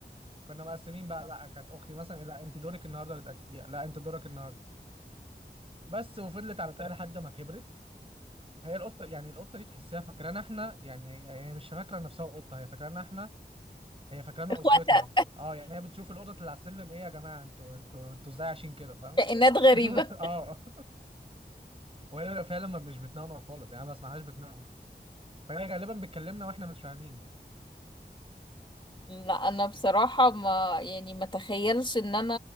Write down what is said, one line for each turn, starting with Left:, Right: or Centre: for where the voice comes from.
Right: كنا مقسمين بقى لا كانت اختي مثلا إيه، لا انت دورك النهارده اللي تاكليها لا انت دورك النهارده بس وفضلت على كده لحد ما كبرت هي القطه يعني القطه دي تحسيها فاكرانا احنا يعني هي هي مش فاكره نفسها قطه هي فاكرانا احنا هي فاكرانا
Left: اخواتها
Right: اسرتها اه يعني هي بتشوف القطط اللي على السلم ايه يا جماعه انتوا انتوا انتوا ازاي عايشين كده فاهم
Left: كائنات غريبة
Right: <laughs> اه وهي بيبقى فعلا ما- مش بتنونو خالص يعني ما بسمعهاش بتنونو فهي غالبا بتكلمنا واحنا مش فاهمين
Left: لا انا بصراحة ما يعني ما تخيلش ان انا